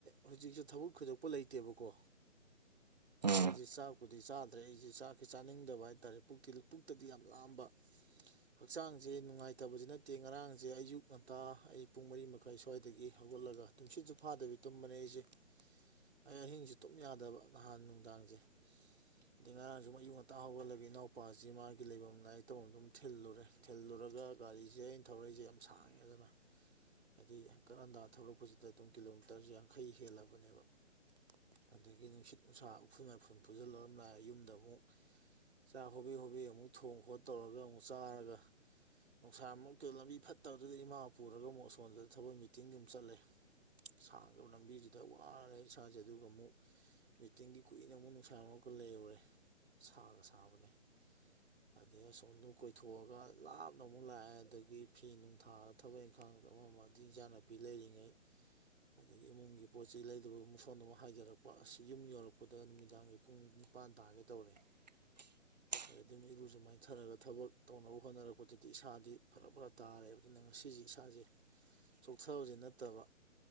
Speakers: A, on the right; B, on the right.
A: ꯍꯧꯖꯤꯛꯁꯦ ꯊꯕꯛ ꯈꯨꯣꯏꯗꯣꯛꯄ ꯂꯩꯇꯦꯕꯀꯣ
B: ꯎꯝ
A: ꯑꯩꯁꯦ ꯆꯥ ꯀꯗꯤ ꯆꯥꯗ ꯑꯗꯩ ꯑꯩꯁꯦ ꯆꯥꯛꯁꯤ ꯆꯥꯅꯤꯡꯗꯕ ꯍꯥꯏꯇꯥꯥꯔꯦ ꯄꯨ ꯄꯨꯛꯇꯗꯤ ꯌꯥꯝ ꯂꯥꯝꯕ ꯍꯛꯆꯥꯡꯁꯦ ꯅꯨꯡꯉꯥꯏꯇꯕꯕꯁꯤ ꯅꯠꯇꯦ ꯉꯔꯥꯡꯁꯦ ꯑꯌꯨꯛ ꯉꯟꯇꯥ ꯑꯩ ꯄꯨꯡ ꯃꯔꯤ ꯃꯈꯥꯏ ꯁ꯭ꯋꯥꯏꯗꯒꯤ ꯒꯤ ꯍꯧꯒꯠꯂꯒ ꯇꯨꯝꯁꯤꯠꯁꯨ ꯐꯥꯗꯕꯤ ꯇꯨꯝꯕꯅꯦ ꯑꯩꯁꯦ ꯑꯩ ꯑꯍꯤꯡꯁꯨ ꯇꯨꯝ ꯌꯥꯗꯕ ꯅꯍꯥꯟ ꯅꯨꯡꯗꯥꯡꯁꯦ ꯑꯗꯩ ꯉꯔꯥꯡꯁꯨ ꯑꯌꯨꯛ ꯉꯟꯇꯥ ꯍꯧꯒꯠꯂꯒ ꯏꯅꯥꯎꯄꯥꯁꯤ ꯃꯥꯒꯤ ꯂꯩꯐꯝ ꯂꯥꯏꯏ ꯇꯧꯐꯝ ꯑꯗꯨꯝ ꯊꯤꯜꯂꯨꯔꯦ ꯊꯤꯜꯂꯨꯔꯦ ꯄꯨꯔꯒ ꯒꯥꯔꯤꯁꯦ ꯑꯩꯅ ꯊꯧꯔꯛꯏꯁꯦ ꯌꯥꯝ ꯁꯥꯡꯉꯦ ꯑꯗꯨꯅ ꯍꯥꯏꯗꯤ ꯀꯔꯟꯗꯥ ꯊꯣꯛꯂꯛꯄꯁꯤꯗ ꯑꯗꯨꯝ ꯀꯤꯂꯣꯃꯤꯇꯔꯁ ꯌꯥꯡꯈꯩ ꯍꯦꯜꯂꯕꯅꯦꯕ ꯑꯗꯒꯤ ꯅꯨꯡꯁꯤꯠ ꯅꯨꯡꯁꯥ ꯎꯐꯨꯜ ꯃꯥꯏꯐꯨꯜ ꯄꯨꯁꯤꯜꯂꯔꯝꯗꯥꯏ ꯌꯨꯝꯗ ꯑꯃꯨꯛ ꯆꯥꯛ ꯍꯣꯕꯤ ꯍꯣꯕꯤ ꯑꯃꯨꯛ ꯊꯣꯡ ꯈꯣꯠ ꯇꯧꯔꯒ ꯑꯃꯨꯛ ꯆꯥꯔꯒ ꯅꯨꯡꯁꯥꯃꯛꯇ ꯂꯝꯕꯤ ꯐꯠꯇꯕꯗꯨꯗ ꯏꯃꯥ ꯄꯨꯔꯒ ꯑꯃꯨꯛ ꯑꯁꯣꯟꯗ ꯊꯕꯛ ꯃꯤ ꯐꯇꯤꯡ ꯌꯝ ꯆꯠꯂꯦ ꯁꯥꯡ꯭ꯔꯕ ꯂꯝꯕꯤꯗꯨꯗ ꯋꯥꯔꯦ ꯏꯁꯥꯁꯦ ꯑꯗꯨꯒ ꯑꯃꯨꯛ ꯃꯤꯇꯤꯡꯒꯤ ꯀꯨꯏꯅ ꯑꯃꯨꯛ ꯅꯨꯡꯁꯥ ꯑꯃꯔꯒ ꯂꯩꯔꯨꯔꯦ ꯁꯥꯒ ꯁꯥꯕꯅꯦ ꯑꯗꯩ ꯑꯁꯣꯝꯗ ꯀꯣꯏꯊꯣꯛꯑꯒ ꯂꯥꯞꯅ ꯑꯃꯨꯛ ꯂꯥꯛꯑꯦ ꯑꯗꯒꯤ ꯐꯤ ꯅꯨꯡ ꯊꯥꯔ ꯊꯕꯛ ꯏꯪꯈꯥꯡ ꯑꯃ ꯏꯟꯖꯥꯡ ꯅꯥꯄꯤ ꯂꯩꯔꯤꯉꯩ ꯑꯗꯒꯤ ꯏꯃꯨꯡꯒꯤ ꯄꯣꯠ ꯆꯩ ꯂꯩꯗꯕ ꯃꯨꯁꯣꯟꯗ ꯑꯃꯨꯛ ꯍꯥꯏꯖꯔꯛꯄ ꯑꯁꯤꯁ ꯌꯨꯝ ꯌꯧꯔꯛꯄꯗ ꯅꯨꯃꯤꯗꯥꯡꯒꯤ ꯄꯨꯡ ꯅꯤꯄꯥꯟ ꯇꯥꯒꯦ ꯇꯧꯔꯦ
B: <inaudible>
A: ꯑꯗꯩꯗꯤ ꯏꯔꯨꯖꯨ ꯃꯥꯏꯅꯊꯔꯒ ꯊꯕꯛ ꯇꯧꯅꯕ ꯍꯣꯠꯅꯔꯛꯄꯗꯗꯤ ꯏꯁꯥꯗꯤ ꯐꯔꯛ ꯐꯔ ꯇꯥꯔꯦꯕ ꯑꯗꯨꯅ ꯉꯁꯤ ꯏꯁꯥꯁꯦ
B: <inaudible>
A: ꯆꯣꯛꯊꯕꯗꯤ ꯅꯠꯇꯕ